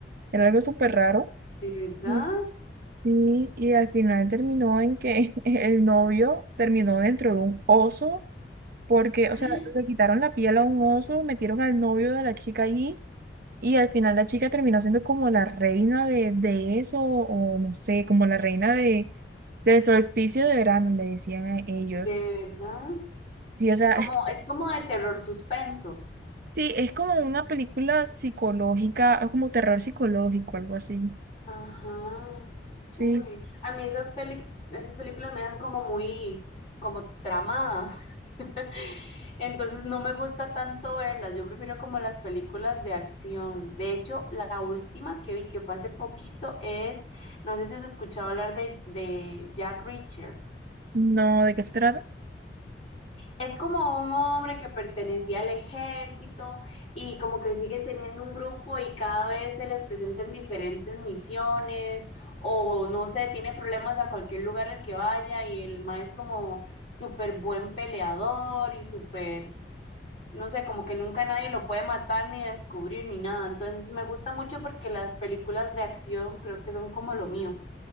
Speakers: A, on the right; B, on the left.
A: era algo súper raro.
B: ¿de verdad?
A: Y, sí, y al final terminó en que <laughs> el novio terminó dentro de un oso. Porque, o
B: <gasps>
A: sea, le quitaron la piel a un oso, metieron al novio de la chica allí y al final la chica terminó siendo como la reina de, de eso, o no sé, como la reina de, del solsticio de verano, le decían a ellos.
B: ¿De verdad?
A: Sí, o sea,
B: Como,
A: <laughs>
B: es como de terror suspenso.
A: sí, es como una película psicológica, es como terror psicológico, algo así.
B: Ajá.
A: Sí,
B: Uy. A mí esas pelis, esas películas me dejan como muy, como tramada. <laughs> Entonces no me gusta tanto verlas. Yo prefiero como las películas de acción. De hecho, la última que vi que fue hace poquito es, no sé si has escuchado hablar de, de Jack Reacher.
A: no, ¿de qué se trata?
B: Es como un hombre que pertenecía al ejército y como que siguen teniendo un grupo y cada vez se les presentan diferentes misiones o no sé, tiene problemas a cualquier lugar al que vaya y el ma es como súper buen peleador y súper, no sé, como que nunca nadie lo puede matar ni descubrir ni nada. Entonces me gusta mucho porque las películas de acción creo que son como lo mío.